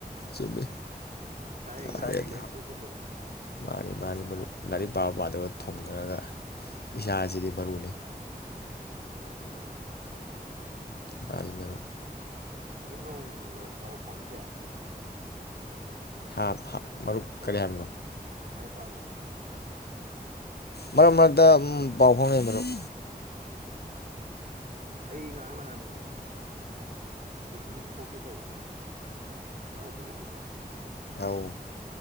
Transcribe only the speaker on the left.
ꯆꯨꯝꯃꯤ
ꯅꯥꯕ
ꯌꯥꯗꯦ
ꯃꯥꯅꯤ ꯃꯥꯅꯤ ꯃꯔꯨꯞ ꯂꯥꯏꯔꯤꯛ ꯄꯥꯕ ꯄꯥꯗꯕ ꯊꯣꯈ꯭ꯔꯒ ꯏꯁꯥ ꯑꯁꯤꯗꯤ ꯃꯔꯨꯅꯤ
ꯒꯥꯔꯤ ꯃꯔꯣ
ꯍꯥ
ꯃꯔꯨꯞ
ꯀꯔꯤ ꯍꯥꯏꯕꯅꯣ
ꯃꯔꯛ ꯃꯔꯛꯇ ꯄꯥꯎ ꯐꯥꯎꯅꯩ ꯃꯔꯨꯞ
ꯑꯥꯎ